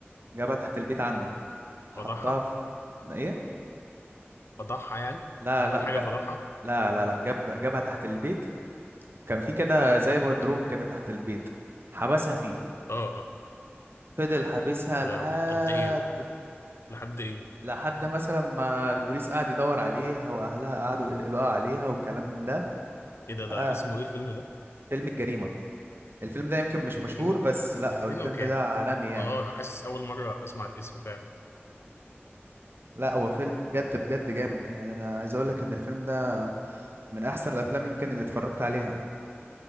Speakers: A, on the right (about 60°); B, on the left (about 70°).
A: جابها تحت البيت عنده حطها
B: فضحها
A: في ايه
B: فضحها يعني
A: لا
B: عمل
A: لا
B: حاجة
A: جا...
B: فضحها
A: لا لا لا جاب جابها تحت البيت كان في كده زي بدروم كده تحت البيت حبسها فيه
B: اه اه
A: فضل حابسها
B: يا
A: لحد
B: لهوي قد ايه لحد ايه
A: لحد مثلا ما البوليس قعد يدور عليها واهلها قعدوا يقلقوا عليها والكلام من ده
B: ايه ده ده
A: آه
B: اسمه ايه الفيلم ده
A: فيلم الجريمة الفيلم ده يمكن مش
B: الجريمة
A: مشهور بس لا
B: ده 2000
A: هو الفيلم
B: وكام
A: ده
B: ده
A: عالمي يعني
B: اه انا حاسس اول مرة اسمع الاسم فعلا
A: لا هو فيلم بجد بجد جامد يعني انا عايز اقول لك ان الفيلم ده من احسن الافلام يمكن اللي اتفرجت عليها